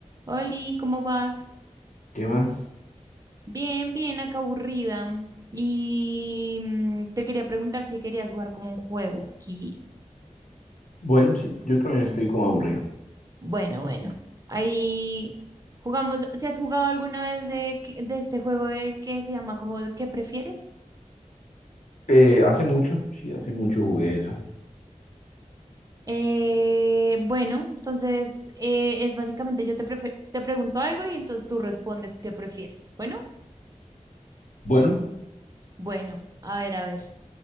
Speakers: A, on the right; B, on the left.
A: Oli, ¿cómo vas?
B: ¿Qué más?
A: Bien, bien, acá aburrida. Y mm, te quería preguntar si querías jugar como un juego. Jiji.
B: Bueno, sí, yo también estoy como aburrido.
A: Bueno, bueno. Ahí jugamos. ¿Se has jugado alguna vez de, que- de este juego de que se llama como de ¿Qué prefieres?
B: Eh, hace mucho, sí, hace mucho jugué esa.
A: Eh, bueno, entonces eh, es básicamente yo te, prefe- te pregunto algo y entonces tú respondes qué prefieres. Bueno,
B: Bueno,
A: bueno, a ver, a ver.